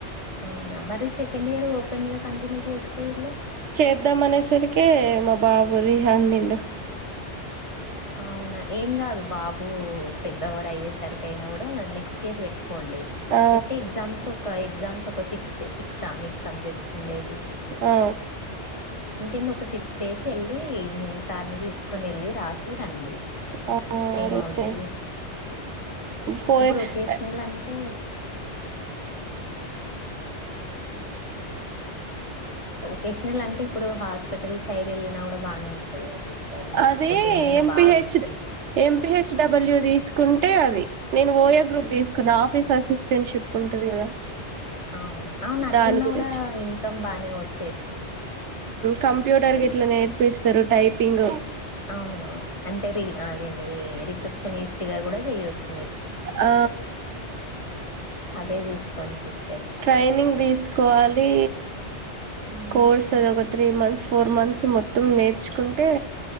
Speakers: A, on the left (about 30°); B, on the right (about 80°).
A: అవునా మరి సెకండ్ ఇయర్ ఓపెన్ గా కంటిన్యూ చేయకపోఇల్లు
B: చేద్దాం అనేసరికి మా బాబు అందిండు
A: అవునా ఏం కాదు బాబు పెద్దవాడు అయ్యేసరికి అయినా కూడా నెక్స్ట్ ఇయర్ పెట్టు కోండి
B: ఆ
A: పెట్టే ఎగ్జామ్స్ ఒక ఎగ్జామ్స్ ఒక సిక్స్ సిక్స్ మిక్స్ సబ్జెక్ట్స్ ఉండేది
B: ఆ
A: ఇంకేంది ఒక సిక్స్ డేస్ వెళ్ళి మీ సార్ని తీసుకొని వెళ్ళి రాసి కండి
B: ఆ
A: ఏమవద్ది
B: పోయి
A: ఇప్పుడు ఒకేషనల్ అంటే వకేషనల్ అంటే ఇప్పుడు హాస్పిటల్ సైడ్ వెళ్ళినా కూడా బాగానే ఉంటది కదా సిస్టర్ మీకు
B: అది
A: ఇప్పుడు డిమాండ్
B: ఎంపిహెచ్
A: బాగుంది
B: ఎంపిహెచ్ డబల్యూ తీసు తీకుంటే అది నేను ఓయ గ్రూప్ తీసుకున్నా ఆఫీస్ అసిస్టెంట్ షిప్ ఉంటంది కదా
A: అవును అవును అట్లున్న
B: దాని గురించి
A: కూడా ఇన్కమ్ బానే పోతుంది
B: కంప్యూటర్ గీట్లా నేర్పిస్తారు టైపింగ్
A: అవును అంటే రి అదేండిది రిసెప్షనిస్ట్ గా కూడా చెయవచ్చు
B: ఆ
A: అదే చూసుకోం సిస్
B: ట్రైనింగ్ తీసుకోవాలి
A: హ్మ్.
B: కోర్స్ అది ఒక త్రీ మంత్స్ ఫోర్ మంత్స్ మొత్తం నేర్చుకుంటే